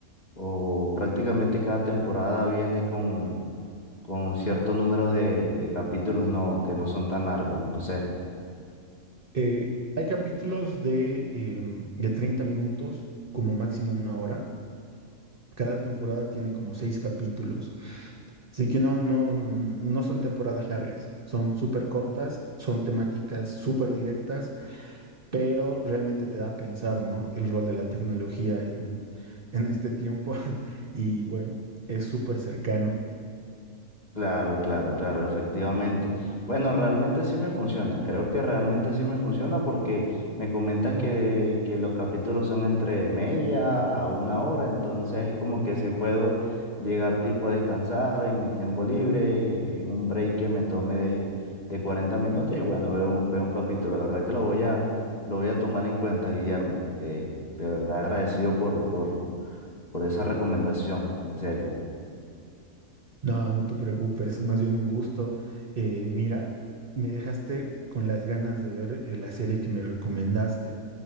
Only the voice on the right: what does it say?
Eh, hay capítulos de, em, de 30 minutos, como máximo una hora. Cada temporada tiene como seis capítulos. Así que no, no, no son temporadas largas, son súper cortas, son temáticas súper directas pero realmente te da a pensar, ¿no? El rol de la tecnología en, en este tiempo. <laughs> Y bueno, es súper cercano.
No, no te preocupes, más bien un gusto. Eh, mira, me dejaste con las ganas de ver eh, la serie que me recomendaste.